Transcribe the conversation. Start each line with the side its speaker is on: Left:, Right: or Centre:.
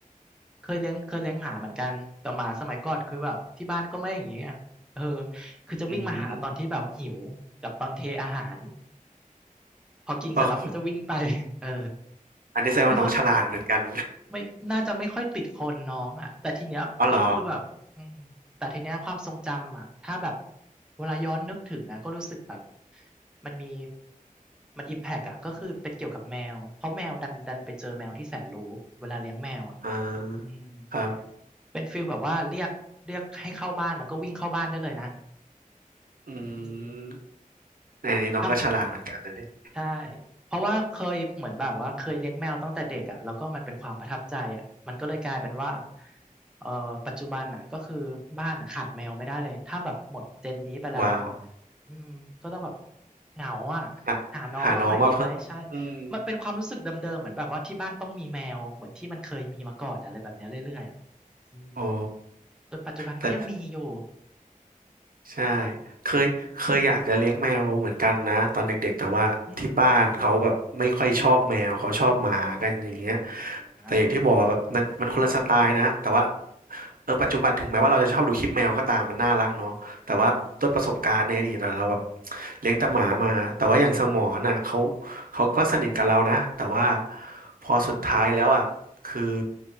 Centre: เคยเลี้ยงเคยเลี้ยงหมาเหมือนกันแต่หมาสมัยก่อนคือแบบที่บ้านก็ไม่อย่างนี้ไงเออคือจะวิ่งมาหาตอนที่แบบหิวกับตอนเทอาหาร
Right: อืม
Centre: พอกินเสร็จแล้วมันก็จะวิ่งไปเออ
Right: เปล่าอันนี้แสดงว่าน้องฉลาดเหมือนกัน
Centre: ไม่ค่อย ไม่น่าจะไม่ค่อยติดคนน้องอ่ะแต่ทีเนี้ยก็คือแบบอืมแต่ทีเนี้ยความทรงจำอ่ะถ้าแบบ
Right: <laughs> อ๋อเหรอ
Centre: เวลาย้อนนึกถึงอ่ะก็รู้สึกแบบมันมีมันอิมแพกอ่ะก็คือเป็นเกี่ยวกับแมวเพราะแมวดันดันไปเจอแมวที่แสนรู้เวลาเลี้ยงแมวอ่ะ
Right: อ่าครับ
Centre: อืมเป็นฟิลแบบว่าเรียกเรียกให้เข้าบ้านแล้วก็วิ่งเข้าบ้านได้เลยนะ
Right: อื
Centre: อืม
Right: มในนี้น้องก็ฉลาดเหมือนกันนะเนี่ย
Centre: ทำ ใช่เพราะว่าเคยเหมือนแบบว่าเคยเลี้ยงแมวตั้งแต่เด็กอ่ะแล้วก็มันเป็นความประทับใจอ่ะมันก็เลยกลายเป็นว่าเอ่อปัจจุบันน่ะก็คือบ้านน่ะขาดแมวไม่ได้เลย ถ้าแบบหมดเจนนี้ไปแล้วอ่ะ
Right: <laughs> ว้าว
Centre: อืมก็ต้องแบบเหงาอ่ะ
Right: หาหาน้องมาเพิ่มอืม
Centre: หาน้องมาใหม่ดีไหม ใช่ มันเป็นความรู้สึกเดิมๆเหมือนแบบว่าที่บ้านต้องมีแมว เหมือนที่มันเคยมีมาก่อนอะไรแบบเนี้ยเรื่อยๆอะอืม
Right: โอ้
Centre: จนปัจจุบันก็ยังมีอยู่
Right: แต่ใช่เคยเคยอยากจะเลี้ยงแมวเหมือนกันนะตอนเด็กๆแต่ว่าที่บ้านเขาแบบไม่ค่อยชอบแมวเขาชอบหมากันอย่างเงี้ย
Centre: อืมอ
Right: แต่อย่างที่บอกว่าแบบนั้นมันคนละสไตล์นะแต่ว่า
Centre: ่า
Right: เออปัจจุบันถึงแม้ว่าเราจะชอบดูคลิปแมวก็ตามมันน่ารักเนาะแต่ว่าด้วยประสบการณ์ในอดีตอะเราแบบ
Centre: อืม
Right: เลี้ยงแต่หมามาแต่ว่าอย่างสมอน่ะเขาเขาก็สนิทกับเรานะแต่ว่าพอสุดท้ายแล้วอ่ะคือ